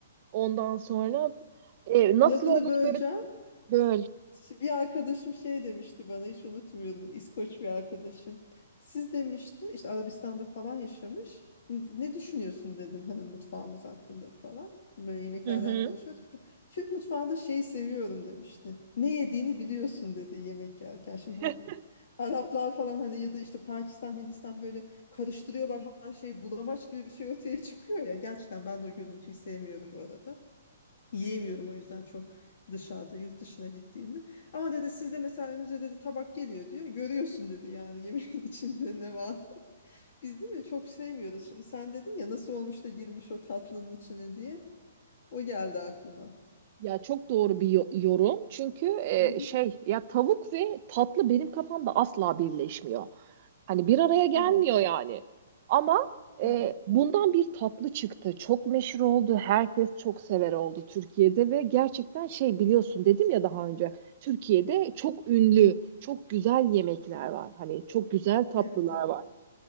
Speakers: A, on the right; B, on the left.
A: ondan sonra e, nasıl
B: Lafını
A: oldu da
B: böleceğim.
A: böyle böl.
B: Şi- Bir arkadaşım şey demişti bana hiç unutmuyorum. İskoç bir arkadaşım. Siz demişti işte Arabistan'da falan yaşamış. "N- Ne düşünüyorsun dedim hani mutfağımız hakkında falan. Böyle yemeklerden
A: Hı hı.
B: konuşuyorduk da. Türk mutfağında şeyi seviyorum demişti. Ne yediğini biliyorsun dedi yemek yerken. Şimdi bu
A: <laughs>
B: Araplar falan hani ya da işte Pakistan, Hindistan böyle karıştırıyorlar her şeyi bulamaç gibi bir şey ortaya çıkıyor ya. Gerçekten ben de o görüntüyü sevmiyorum bu arada. Yiyemiyorum o yüzden çok dışarıda yurt dışına gittiğimde. Ama dedi sizde mesela önünüze dedi tabak geliyor diyor. Görüyorsun dedi yani yemeğin <laughs> içinde ne var. <laughs> Biz değil mi çok sevmiyoruz. Şimdi sen dedin ya nasıl olmuş da girmiş o tatlının içine diye. O geldi aklıma.
A: Ya çok doğru bir yo- yorum. Çünkü e,
B: Hı hı.
A: şey ya tavuk ve tatlı benim kafamda asla birleşmiyor. Hani bir araya gelmiyor
B: Evet.
A: yani. Ama e,
B: Evet.
A: bundan bir tatlı çıktı. Çok meşhur oldu. Herkes çok sever oldu Türkiye'de ve gerçekten şey biliyorsun dedim ya daha önce. Türkiye'de çok ünlü, çok güzel yemekler var. Hani çok güzel tatlılar
B: Evet evet.
A: var.